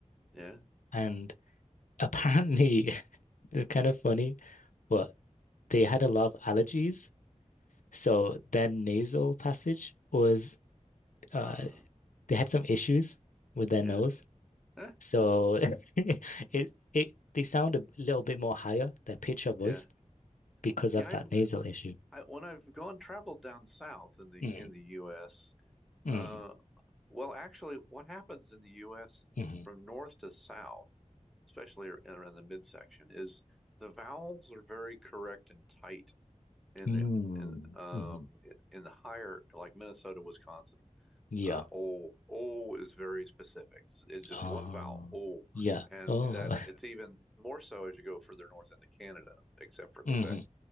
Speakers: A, in the centre; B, on the left (about 80°).
A: yeah,
B: and apparently, <laughs> they're kind of funny, but they had a lot of allergies So their nasal passage was
A: uh,
B: uh they had some issues with their
A: yeah,
B: nose.
A: eh,
B: So <laughs> it it they sound a little bit more higher, their pitch of
A: yeah,
B: voice, because
A: yeah.
B: of
A: I've
B: that nasal issue.
A: I, when I've gone traveled down south in the
B: Mm,
A: in the U.S.
B: mm,
A: Uh, well, actually, what happens in the U.S.
B: mm,
A: from north to south, especially ar- around the midsection, is the vowels are very correct and tight in
B: mm,
A: the in um
B: mm.
A: i- in the higher like Minnesota, Wisconsin.
B: Yeah.
A: Uh, o o is very specific. S- It's just
B: Oh,
A: one vowel, o,
B: yeah.
A: and
B: Oh.
A: that
B: <laughs>
A: it's even more so as you go further north into Canada, except for Quebec.
B: hmm